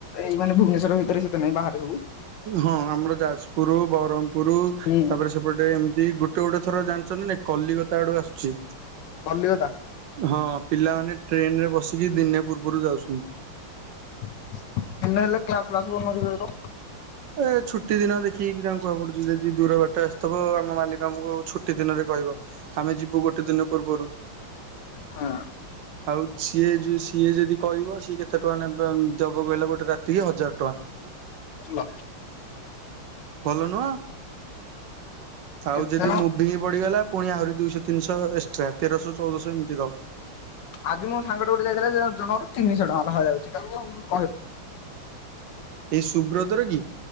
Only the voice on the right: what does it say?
ହଁ ଆମର ଯାଜପୁର ବରମପୁର
ତାପରେ ସେପଟେ ଏମିତି ଗୋଟେ। ଗୋଟେ ଗୋଟେ ଥର ଜାଣିଛନ୍ତି ନା କଲିକତା ଆଡୁ ଆସୁଛି
ହଁ ପିଲାମାନେ। ଟ୍ରେନ ରେ ବସିକି ଦିନେ ପୂର୍ବରୁ ଯାଉଛନ୍ତି।
ଏ ଛୁଟି ଦିନ ଦେଖିକି ଯା କୁହା ପଡିବ। ଯଦି ଦୂର ବାଟ ଆସିଥିବ ଆମ ମାଲିକ ଆମକୁ ଛୁଟି ଦିନରେ କହିବ ଆମେ ଯିବୁ ଗୋଟେ ଦିନ ପୂର୍ବରୁ। ହ
ଆଉ ସିଏ ସିଏ ଯଦି କଈବ ସିଏ କେତେ ଟଙ୍କା ନେ ଦେବ କହିଲ ଗୋଟେ ରାତିକି ହଜାର ଟଙ୍କା।
ଭଲ ନୁହଁ ଆଉ
ଯଦି ମୁଭି ହିଁ ପଡିଗଲା। ପୁଣି ଆହୁରି ଦୁଇଶହ ତିନିଶହ ଏକ୍ସଟ୍ରା ତେରଶହ ଚଉଦଶହ ଏମିତି ରହୁ।
ଏଇ ସୁୁବ୍ରତର କି।